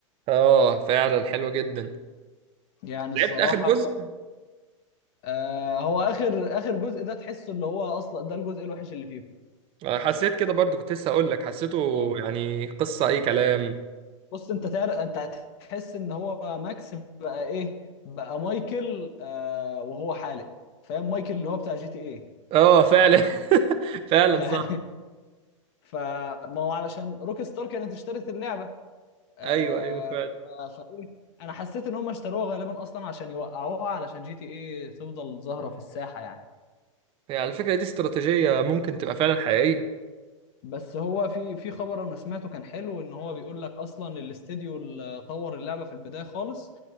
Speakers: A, on the right; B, on the left.
A: اه فعلا حلوة جدا
B: يعني
A: لعبت
B: الصراحه
A: اخر جزء
B: آه، هو اخر اخر جزء ده تحسه اللي هو اصلا ده الجزء الوحش اللي فيه
A: انا حسيت كده برضو كنت لسه هقول لك حسيته
B: يعني
A: يعني قصة اي كلام
B: بص انت تار... انت هتحس ان هو ماكس بقى ايه بقى مايكل آه وهو حالق فاهم مايكل اللي هو بتاع جي تي ايه
A: اه فعلا <laughs> فعلا
B: <laughs> يعني
A: صح
B: فما هو علشان روك ستار كانت اشترت اللعبه آه
A: ايوه ايوه فعلا
B: فايه انا حسيت ان هم اشتروها غالبا اصلا عشان يوقعوها علشان جي تي ايه تفضل ظاهره في الساحه يعني
A: يعني على فكرة دي استراتيجية ممكن تبقى فعلا حقيقية
B: بس هو في في خبر انا سمعته كان حلو ان هو بيقول لك اصلا الاستديو اللي طور اللعبه في البدايه خالص